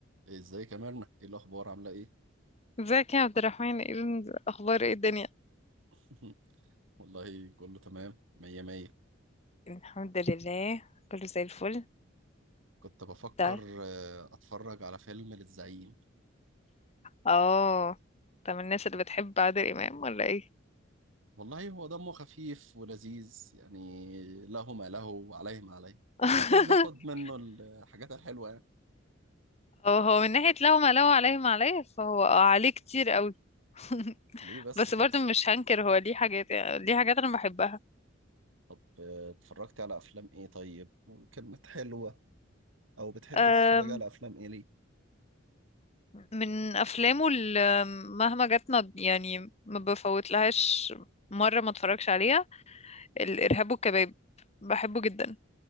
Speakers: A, on the right; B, on the left.
A: إيه، ازيك يا مرنة ايه الاخبار عامله ايه
B: ازيك يا عبد الرحمن ايه الاخبار ايه الدنيا
A: <laughs> والله كله تمام مية مية
B: الحمد لله كله زي الفل
A: كنت بفكر
B: ده
A: آه، اتفرج على فيلم للزعيم
B: اه طب الناس اللي بتحب عادل امام ولا ايه
A: والله هو دمه خفيف ولذيذ يعني له ما له وعليه ما عليه
B: <laughs>
A: بس احنا بناخد منه الحاجات الحلوه يعني
B: اه هو من ناحية لو ما لو عليه ما عليه فهو اه عليه كتير قوي <laughs>
A: ليه بس
B: بس
A: كده
B: برضه مش هنكر هو ليه حاجات يعني ليه حاجات انا بحبها
A: طب آه، اتفرجتي على افلام ايه طيب كانت حلوه او بتحبي
B: أم،
A: تتفرجي على افلام ايه ليه
B: من افلامه اللي مهما جت ما- يعني ما بفوت لهاش مرة ما اتفرجش عليها الارهاب والكباب بحبه جدا